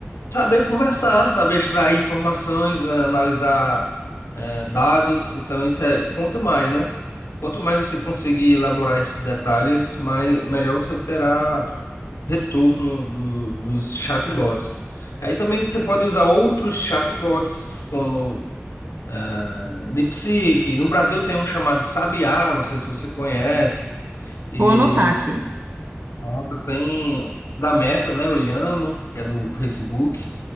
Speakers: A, on the left (about 75°); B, on the right (about 45°).
A: saber conversar, saber extrair informações, eh, analisar, eh, dados. Então, isso é, conta mais, né? Quanto mais você conseguir elaborar esses detalhes, mais, melhor você terá retorno do- dos chatbots. Aí também você pode usar outros chatbots, como é, DeepSeek. No Brasil tem um chamado Sabiá, não sei se você conhece. E
B: Vou anotar aqui.
A: outro tem da Meta, né? O Llama, que é do Facebook.